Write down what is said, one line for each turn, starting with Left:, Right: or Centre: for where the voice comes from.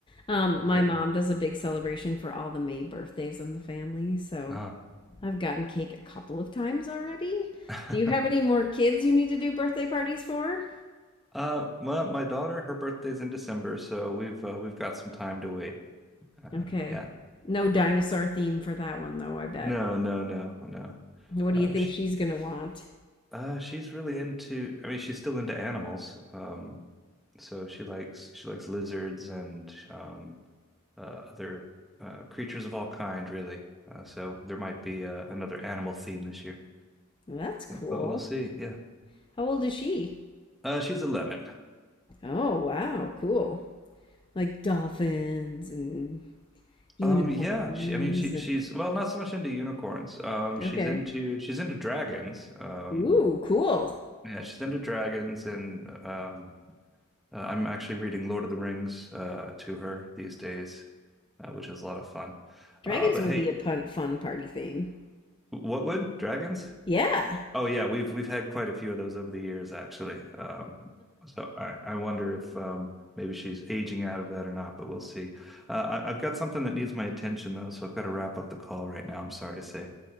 Left: Um,
Centre: Okay.
Left: my mom does a big celebration for all the May birthdays in the family, so
Centre: Ah.
Left: I've gotten cake a couple of times already.
Centre: <laughs>
Left: Do you have any more kids you need to do birthday parties for?
Centre: Uh, well, my daughter, her birthday's in December, so we've uh, we've got some time to wait. Uh,
Left: Okay.
Centre: yeah.
Left: No dinosaur theme for that one, though, I bet.
Centre: No, no, no, no.
Left: What
Centre: Um,
Left: do you think
Centre: sh
Left: she's gonna want?
Centre: Uh, she's really into, I mean, she's still into animals. Um, so she likes she likes lizards and um, uh, other uh, creatures of all kind, really. Uh, so there might be uh, another animal theme this year,
Left: That's cool.
Centre: but we'll see. Yeah.
Left: How old is she?
Centre: Uh, she's 11.
Left: Oh, wow, cool. Like dolphins and unicorns
Centre: Um, yeah, she, I mean, she,
Left: and
Centre: she's, well, not so much into unicorns. Um, she's
Left: okay.
Centre: into, she's into dragons. Um,
Left: Ooh, cool.
Centre: yeah, she's into dragons and, um, Uh, I'm actually reading Lord of the Rings uh, to her these days, uh, which is a lot of fun.
Left: Dragons
Centre: Uh, but
Left: would
Centre: hey,
Left: be a pun fun party theme.
Centre: what would dragons?
Left: Yeah.
Centre: Oh yeah, we've we've had quite a few of those over the years, actually. Um, so I, I wonder if um, maybe she's aging out of that or not, but we'll see. Uh, I, I've got something that needs my attention though, so I've got to wrap up the call right now. I'm sorry to say.